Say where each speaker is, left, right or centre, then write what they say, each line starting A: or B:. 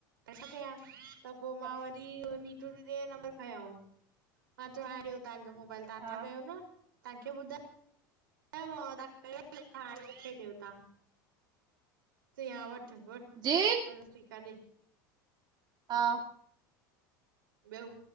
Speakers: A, on the right; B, on the right.
A: त छा कयां त पोइ मां
B: अच्छा
A: वरी मुहिजे ॾेर जो नंबर खयों। मां चयो हाण दियो तव्हां मोबाइल तव्हां
B: हा
A: नथा कयो न? तव्हांखे ॿुधायोे मूंखे ॾियो तव्हां <unintelligible> चयईं हा वठु- वठु
B: जी
A: मां चयो ठीकु आहे ॾे।
B: हा
A: ॿियो